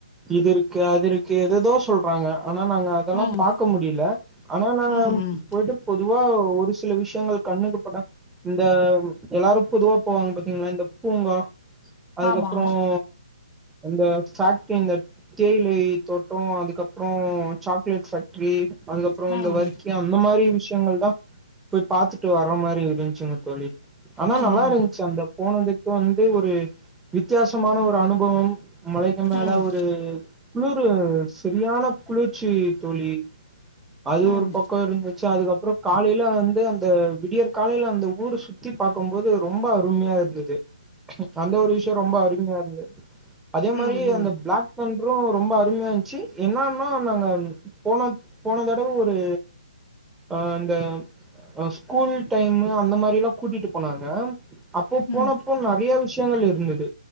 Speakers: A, in the centre; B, on the left.
A: இதுருக்கு அதுருக்கு எதேதோ சொல்றாங்க ஆனா நாங்க அதெல்லாம்
B: ம்
A: பாக்க முடில ஆனா நாங்க
B: ம் ம்
A: பொதுவா ஒரு சில விஷியங்கள் கண்ணுக்கு பட இந்த யெல்லாரும் பொதுவா போவாங்க பாத்தீங்ளா இந்த பூங்கா அதுக்கப்றம்
B: ஆமா
A: அந்த பேக்ட்ரி இந்த தேயிலை தோட்டம் அதுக்கப்றம் சாக்லேட் பேக்ட்ரி அதுக்கப்றோ
B: ம்
A: இந்த வர்கியா இந் மாரி விஷயங்கள் தா போய் பாத்துட்டு வர்ற மாரி யிருந்துச்சுங்க தோழி ஆனா
B: ம்
A: நல்லா இருந்ச்சு அந்த போனதுக் வந்து ஒரு வித்யாசமான ஒரு அனுபவம் மலைக்கு மேல
B: ம்
A: ஒரு குளுரு செரியான குளிர்ச்சி தோழி அது
B: ம்
A: ஒரு
B: ம்
A: பக் <unintelligible> அதுக்கப்றோ காலேயில வந்து அந்த விடியர் காலேயில அந்த ஊரு சுத்தி பாக்கும்போது ரொம்ப அருமையா இருந்துது ம் அந்த ஒரு விஷ்யோ ரொம்ப அரும்யா இருந் அதே மாரி
B: ம் ம்
A: அந்த பிளாக்தண் <unintelligible> அப்றோ ரொம்போ அரும்யா இன்ச்சு இன்னான்னா நாங்க போன போன தடவ ஒரு அ அந்த அ ஸ்கூல் டைமு அந்த மாரில்லா கூட்டிட்டு போனாங்க அப்போ
B: ம்
A: போனப்போ நறிய விஷ ங்கள் இருந்துது